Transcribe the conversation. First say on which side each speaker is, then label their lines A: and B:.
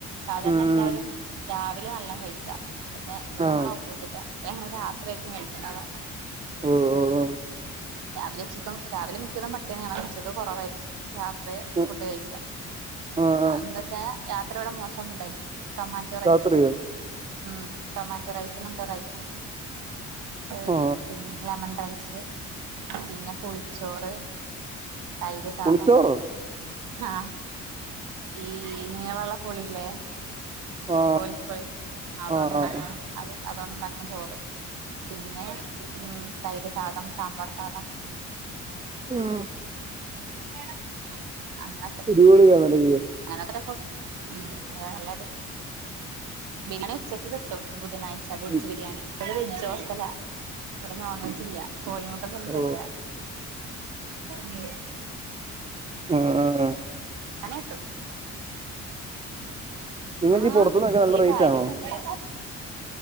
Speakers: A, on the right (about 90°); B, on the right (about 20°).
A: സാധാരണ
B: ഉം
A: എല്ലാവരും
B: ഉം
A: രാവിലെ നല്ലം കയ്ക്കാ പക്ഷെ ഇവടെ
B: ആ
A: ഞങ്ങള് ഓപ്പോസിറ്റാ ഞങ്ങള് രാത്രി ആര്ക്കും കയ്ക്ക്ണ്ടാവാ
B: <unintelligible>
A: രാവിലെ ഉച്ചക്കും രാവിലെ മിക്കതും പട്ടിണി ആണ് ഉച്ചക്ക് കൊറവായിരിക്കും രാത്രി
B: ഉം,
A: ഫുഡ് കയ്ക്കാ
B: ആ ആ
A: എന്താച്ചാ രാത്രിയോടെ മോശം ഫുഡായിരിക്കും ടൊമാറ്റോ റൈസ്
B: രാത്രിയോ
A: ഉം ടൊമാറ്റോ റൈസ് ങ്ങാത്തെ റൈസ് ഇണ്ട് ക്ക്
B: ആ
A: പിന്നെ ലെമൺ റൈസ് പിന്നെ പുളിച്ചോറ് തൈര് സാധം
B: പുളിച്ചോറോ
A: ആ ഈ നീളള്ളേ പുളില്ലേ
B: ആ
A: കോലിപ്പൊളി അതൊണ്ട്
B: ആ
A: ഉണ്ടാക്ക്ണ
B: ആ ആ
A: അത് അതൊണ്ട് ഉണ്ടാക്ക്ണ ചോറ് പിന്നെ ഉം തൈര് സാധം സാമ്പാർ സാധം
B: ഉം
A: <unintelligible> അങ്ങ
B: അടിപ്പോളി കഥ <unintelligible>
A: അങ്ങനൊക്കേ ഉം നല്ലായിട്ട് ബിരിയാണി ഉച്ചക്ക് കിട്ടും ബുധനാഴ്ച്ചാ വെജ്ജ്
B: ബി-
A: ബിരിയാണി ഇവടെ വെജ്ജ് ഹോസ്റ്റലാ ഇവടെ നോൺ വെജ്ജില്ലാ കോഴിമുട്ട പോലും
B: ഓ
A: തരില്ല
B: <unintelligible>
A: ബിരിയാണി
B: ആഹ്
A: ണിക്കിട്ടും
B: നിങ്ങക്ക്
A: ആ
B: ഈ പുറത്തുന്നൊക്കെ
A: വല്യ
B: നല്ല റേറ്റ്
A: കാര്യന്നുല്ല്യ
B: ആണോ